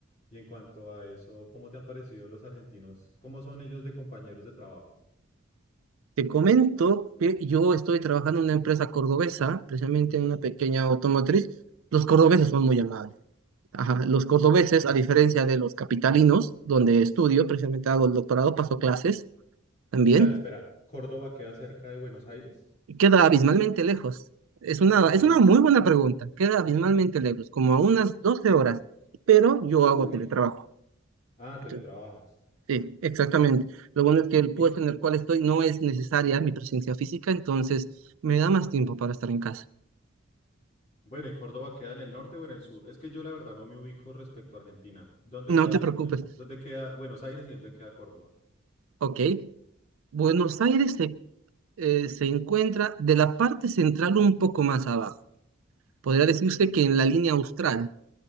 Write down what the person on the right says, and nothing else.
Te comento que yo estoy trabajando en una empresa cordobesa, precisamente en una pequeña automotriz. Los cordobeses son muy amables. Ajá, los cordobeses, a diferencia de los capitalinos, donde estudio, precisamente hago el doctorado, paso clases también,
queda abismalmente lejos. Es una,
es una muy buena pregunta, queda abismalmente lejos, como a unas 12 horas, pero yo hago
teletrabajo.
Entonces, Sí, exactamente. Lo bueno es que el
puesto en el cual estoy no es necesaria mi presencia física, entonces me da más tiempo para estar en casa.
No
te
preocupes.
Ok, Buenos Aires se, eh, se encuentra de la parte central un poco más abajo. Podría decirse que en la línea austral,